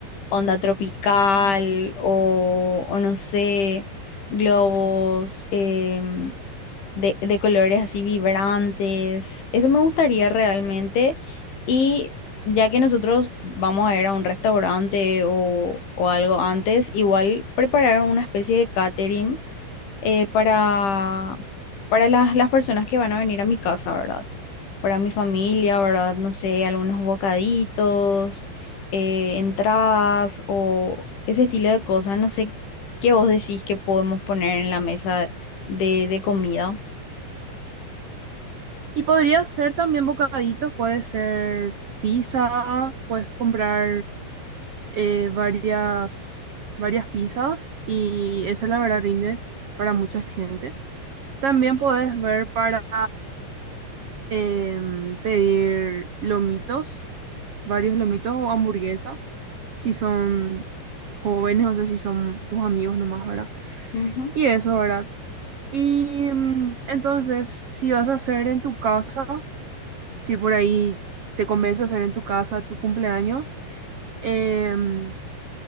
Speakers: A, on the left; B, on the right.
A: onda tropical o, o no sé, globos, em, de, de colores así vibrantes. Eso me gustaría realmente. Y ya que nosotros vamos a ir a un restaurante o, o algo antes, igual preparar una especie de catering eh, para, para las, las personas que van a venir a mi casa, ¿verdad? Para mi familia, ¿verdad? No sé, algunos bocaditos, eh, entradas o ese estilo de cosas. No sé qué vos decís que podemos poner en la mesa de, de comida.
B: Y podría ser también bocaditos, puede ser pizza, puedes comprar eh, varias, varias pizzas y eso la verdad rinde para mucha gente. También podés ver para em, pedir lomitos, varios lomitos o hamburguesa, si son jóvenes, o sea, si son tus amigos nomás, ¿verdad?
A: Ujú.
B: Y eso, ¿verdad? Y mm, entonces, si vas a hacer en tu casa si por ahí te convence hacer en tu casa tu cumpleaños, em,